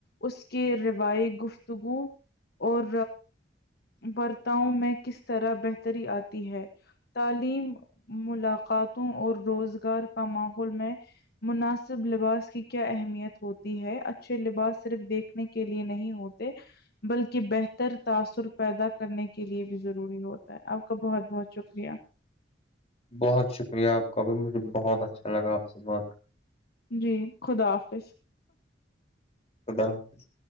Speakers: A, on the left (about 55°); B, on the left (about 35°).
A: اس کے روای گفتگو اور برتاؤ میں کس طرح بہتری آتی ہے تعلیم ملاقاتوں اور روزگار کا ماحول میں مناسب سب لباس کی کیا اہمیت ہوتی ہے اچھے لباس صرف دیکھنے کے لیے نہیں ہوتے بلکہ بہتر تاثر پیدا کرنے کے لیے بھی ضروری ہوتا ہے آپ کا بہت بہت شکریہ
B: بہت شکریہ آپ کا بھی مجھے بہت اچھا لگا آپ سے بات کر
A: جی خدا حافظ
B: خدا حافظ